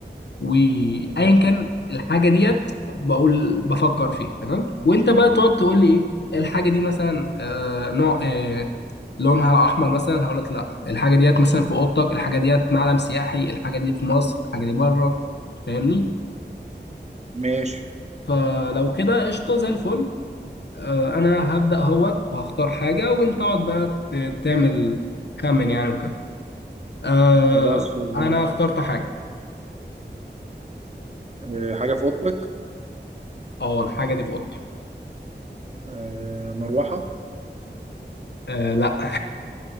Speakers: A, on the left; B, on the right.
A: وايا كان الحاجه ديت بقول بفكر فيه تمام وانت بقى تقعد تقول لي ايه الحاجه دي مثلا آه نوع آه لونها احمر مثلا هقول لك لا الحاجه ديت مثلا في اوضتك الحاجه ديت معلم سياحي الحاجه دي في مصر الحاجه دي بره فاهمني
B: ماشي
A: فلو كده قشطه زي الفل آه انا هبدا اهوت وهختار حاجه وانت اقعد بقى ت- تعمل خمن يعني وكده آه
B: خلاص فل يلا
A: انا
B: بينا.
A: اخترت حاجه
B: أه حاجة في أوضتك
A: اه الحاجه دي في اوضتي
B: أه مروحة
A: آه لا